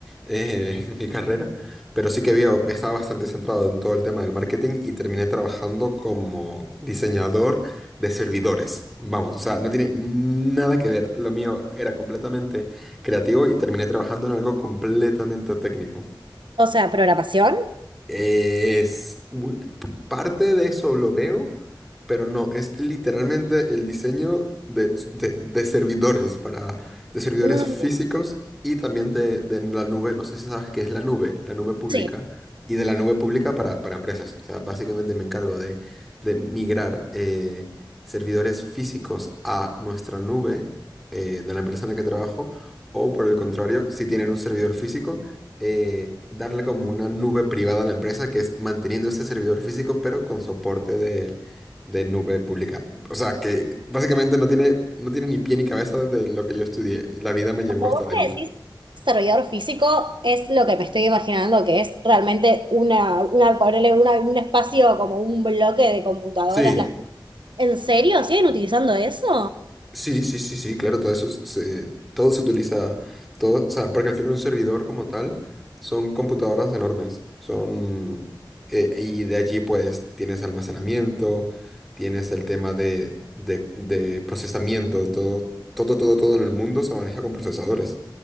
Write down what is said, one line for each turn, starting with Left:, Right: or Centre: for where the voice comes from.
Centre: eh, <laughs> en mi carrera, pero sí que veo, estaba bastante centrado en todo el tema del marketing y terminé trabajando como diseñador de servidores. Vamos, o sea, no tiene nada que ver. Lo mío era completamente creativo y terminé trabajando en algo completamente técnico.
Right: O sea, programación.
Centre: Es un- parte de eso lo veo, pero no, es literalmente el diseño de, de- de servidores para, de servidores
Right: mm,
Centre: físicos y también de, de la nube, no sé si sabes qué es la nube, la nube pública,
Right: Sí.
Centre: y de la nube pública para, para empresas. O sea, básicamente me encargo de, de migrar eh, servidores físicos a nuestra nube eh, de la empresa en la que trabajo, o por el contrario, si tienen un servidor físico eh, darle como una nube privada a la empresa, que es manteniendo este servidor físico, pero con soporte de, de nube pública. O sea, que básicamente no tiene, no tiene ni pie ni cabeza de lo que yo estudié y la vida me llevó
Right: Como
Centre: hasta
Right: vos
Centre: allí.
Right: me decís, desarrollador físico es lo que me estoy imaginando que es realmente una, una, ponerle una- un espacio como un bloque de computadoras,
Centre: Sí.
Right: las. ¿En serio? ¿Siguen utilizando eso?
Centre: Sí, sí, sí, sí, claro, todo eso es- se, todo se utiliza, todo, o sea, porque al final un servidor como tal son computadoras enormes, son, eh, y de allí pues tienes almacenamiento, tienes el tema de, de, de procesamiento, todo, todo, todo, todo en el mundo se maneja con procesadores.